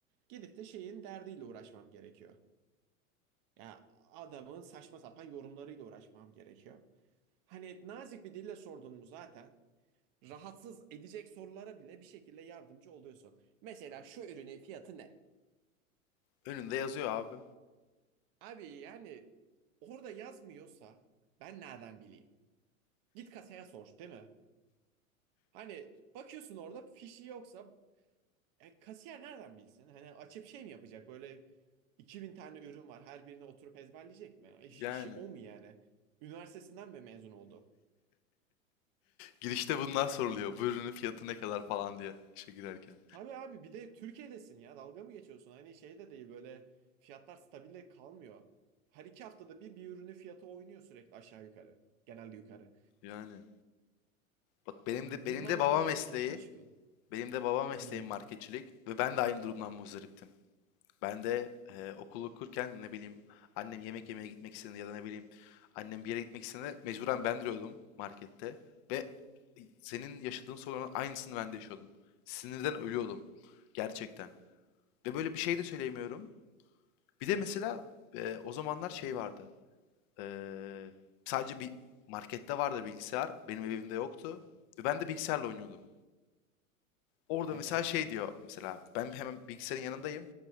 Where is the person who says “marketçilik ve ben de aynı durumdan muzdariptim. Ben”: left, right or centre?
Left